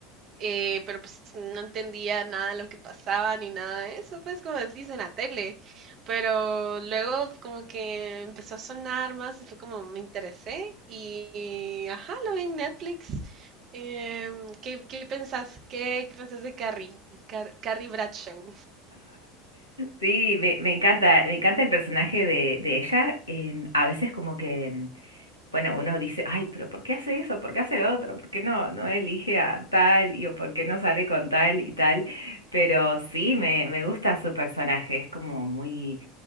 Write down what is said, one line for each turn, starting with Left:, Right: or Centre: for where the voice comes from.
Right: eh, pero pues no entendía nada de lo que pasaba ni nada de eso, pues como decís en la tele. Pero luego como que empezó a sonar más y fue como me interesé y ajá, lo vi en Netflix. Em, ¿qué, qué pensás? ¿Qué, qué pensás de Carrie? Car- Carrie Bradshaw.
Left: Sí, me, me encanta, me encanta el personaje de, de ella. em, a veces como que mm, bueno, uno dice, ay, pero ¿por qué hace eso? ¿Por qué hace lo otro? ¿Por qué no, no elige a tal y o por qué no sale con tal y tal? Pero sí, me, me gusta su personaje, es como muy,